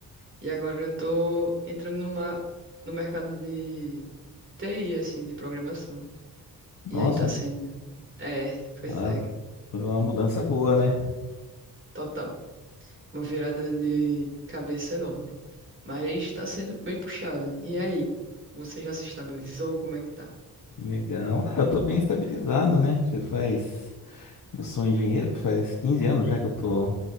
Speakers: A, on the right; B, on the left.
A: E agora eu tô entrando numa, no mercado de TI, assim, de programação.
B: Nossa,
A: E aí tá sendo. É, pois
B: ah,
A: é.
B: foi uma mudança boa, né?
A: Total. Uma virada de cabeça enorme. Mas tá sendo bem puxado. E aí? Você já se estabilizou? Como é que tá?
B: Que Legal. Ah, eu tô bem estabilizado, né? Já faz. Eu sou engenheiro, faz 15 anos já que eu tô,